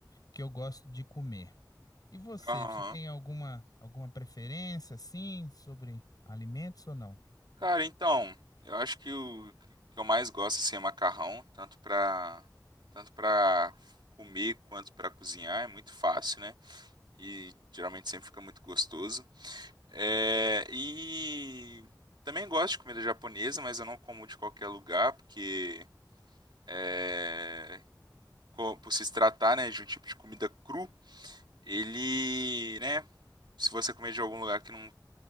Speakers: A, on the left (about 55°); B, on the right (about 80°).
A: que eu gosto de comer. E você,
B: Aham.
A: você tem alguma, alguma preferência, assim, sobre alimentos ou não?
B: Cara, então, eu acho que o que eu mais gosto assim, é macarrão, tanto pra, tanto pra comer quanto pra cozinhar. É muito fácil, né? e geralmente sempre fica muito gostoso. É, e também gosto de comida japonesa, mas eu não como de qualquer lugar, porque é, co- por se tratar, né, de um tipo de comida cru, ele, né, se você comer de algum lugar que não,